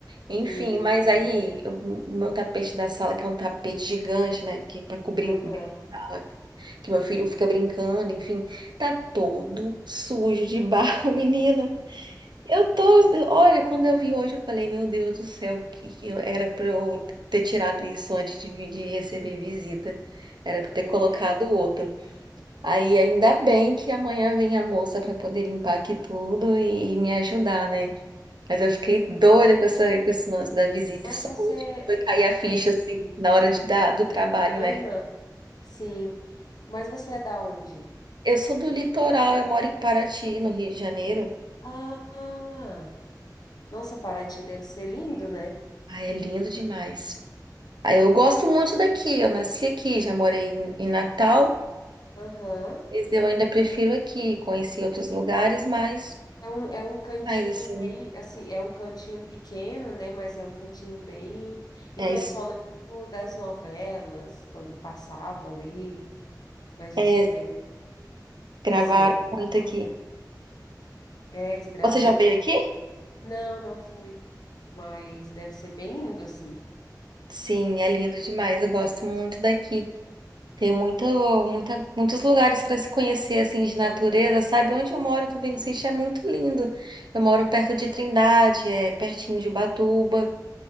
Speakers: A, on the right; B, on the left.
A: Enfim,
B: Sim,
A: mas
B: sim.
A: aí eu- o meu tapete da sala, que é um tapete gigante, né? Que para cobrir
B: Aham.
A: bem a sala, que meu filho fica brincando, enfim, tá todo sujo de barro, <laughs> menina. Eu tô, olha, quando eu vi hoje, eu falei, meu Deus do céu, que que eu era pra eu ter tirado isso antes de, vir- de receber visita. Era
B: É,
A: pra eu ter É. colocado outro. Aí
B: é.
A: ainda bem que amanhã vem a moça para poder limpar aqui tudo e, e me ajudar, né? Mas eu fiquei doida com essa, com esse lance da visita
B: Mas
A: e saúde,
B: você,
A: que foi cair a ficha
B: você...
A: assim na hora de, da, do trabalho,
B: Aham.
A: né?
B: Sim. Mas você é da onde?
A: Eu sou do litoral, eu moro em Paraty, no Rio de Janeiro.
B: Ah, nossa, Paraty deve ser lindo, né?
A: Ai, é lindo demais. Aí eu gosto muito daqui,
B: Ai, deve
A: eu nasci
B: ser.
A: aqui, já morei em, em Natal,
B: Aham.
A: mas eu ainda prefiro aqui, conheci outros lugares, mas,
B: É um, é um cantinho
A: mas assim,
B: bem, assim, é um cantinho pequeno, né? Mas é um cantinho bem. Então,
A: é, es-
B: eu só lembro das novelas, quando passava ali, mas diz
A: é
B: que é bem,
A: gravar
B: assim, é bem
A: muito
B: legal,
A: aqui.
B: né? É, eles gravam
A: Você já veio
B: muito.
A: aqui?
B: Não, não fui, mas deve ser bem lindo, assim.
A: Sim, é lindo demais. Eu gosto muito daqui. Tem muito, muita, muitos lugares para se conhecer assim de natureza,
B: Aham,
A: sabe? Onde eu moro também
B: sim.
A: no sítio é muito lindo. Eu moro perto de Trindade, é pertinho de Ubatuba.